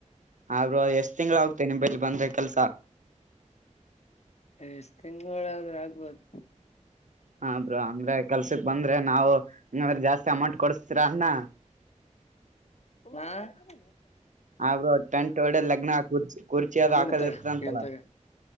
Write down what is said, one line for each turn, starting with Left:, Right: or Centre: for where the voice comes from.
Right: ಆದ್ರು ಎಷ್ಟ್ ತಿಂಗಳ ಆಗತೆ ನಿಮ್ ಬಲ್ಲಿ ಬಂದ್ ಕೆಲ್ಸ.
Left: ಎಷ್ಟ ತಿಂಗಳ ಆದ್ರ ಆಗ್ಬೋದು.
Right: ಹ ಬ್ರೋ ಅಂದ್ರೆ ಕೆಲ್ಸಕ್ ಬಂದ್ರೆ ನಾವು ನೂರ್ ಜಾಸ್ತಿ ಅಮೌಂಟ್ ಕೊಡ್ಸ್ತೀರ ಅನ್ನ
Left: ಹಾ ಹ್ಮ
Right: ಆದ್ರು ಟೆಂಟ್ ಒಡೆದ್ ಲಗ್ನ ಕುರ್ಚಿ ಕುರ್ಚಿ ಅದ
Left: ಇವ್ನ್
Right: ಹಾಕದ
Left: ತಗ
Right: ಇರ್ತಂತಲ್ಲ
Left: ಇವ್ನ್ ತಗ